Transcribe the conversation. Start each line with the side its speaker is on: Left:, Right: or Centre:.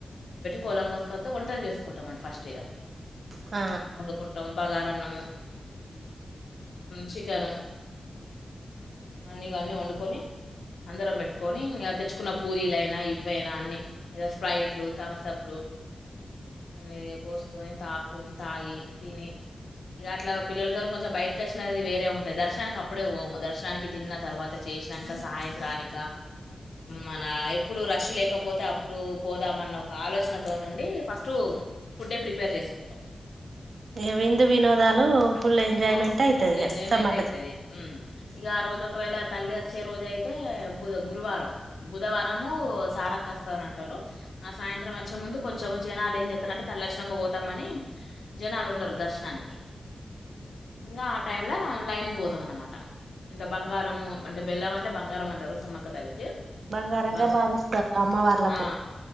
Left: కోళ్ళను కోసుకతే వంటలు చేసుకుంటామండి ఫస్ట్ ఇగ
Right: ఆ
Left: కొంటాం బగారన్నము చికెను అన్నీ ఇవన్నీ వండుకొని అందరం పెట్టుకొని ఇ తెచ్చుకున్న పూరీలు అయినా ఇవైనా అన్ని ఇగ స్ప్రైట్లు థమ్స అప్లు అన్ని పోసుకొని తాకుం తాగి తిని ఇక అట్లా పిల్లలతో కొంచెం బయటకి వచ్చినది వేరే ఉంటది దర్శనానికి అప్పుడే పోము దర్శనానికి తిన్న తర్వాత చేసినంక సాయంత్రానిక మన ఎప్పుడు రష్ లేకపోతే అప్పుడు పోదామన్న ఒక ఆలోచనతో ఉండి ఫస్టు ఫుడే ప్రిపేర్ చేసుకుంటాం
Right: ఇక విందు వినోదాలు ఫుల్ ఎంజాయ్మెంట్
Left: ఆ
Right: అయితది
Left: ఫుల్
Right: ఇగ
Left: ఎంజాయ్మెంట్
Right: సమ్మక్క
Left: అయితది. హ్మ్ ఇగ ఆ రోజు ఒకవేళ తల్లి వచ్చే రోజు అయితే బుధ గురువారం బుధవారము సారక్క వస్తదని అంటారు ఆ సాయంత్రం వచ్చే ముందు కొంచెం జనాలు ఏం చెత్తారంటే తల్లి వచ్చినాక పోతామని జనాలు ఉండరు దర్శనానికి ఇంగ ఆ టైంల లైను గు పోతాం అన్నమాట ఇంత బంగారం అంటే బెల్లం అంటే బంగారం అంటరు సమ్మక తల్లికి
Right: బంగారంగా
Left: బంగ్
Right: భావిస్తారు అమ్మ వార్లకు
Left: ఆ!